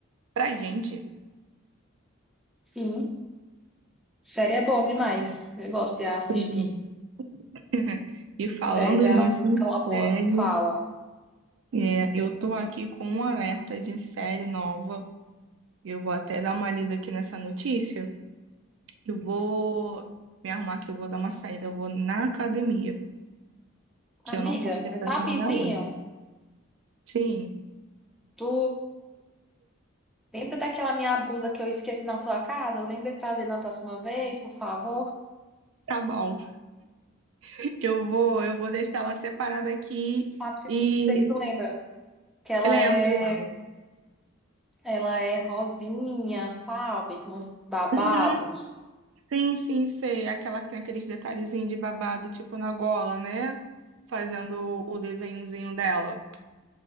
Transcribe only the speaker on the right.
pra gente.
Sim. <laughs> E falando
nisso,
em
série,
é, eu tô aqui com um alerta de série nova. Eu vou até dar uma lida aqui nessa notícia. Eu vou me arrumar que eu vou dar uma saída, eu vou na academia,
que eu não posso deixar
de malhar hoje. Sim,
tá bom. <laughs> Eu vou, eu vou deixar ela separada aqui
e
lembro,
lembro.
Uhum. Sim, sim, sei. Aquela que tem aqueles detalhezinhos de babado, tipo na gola, né? Fazendo o desenhozinho dela.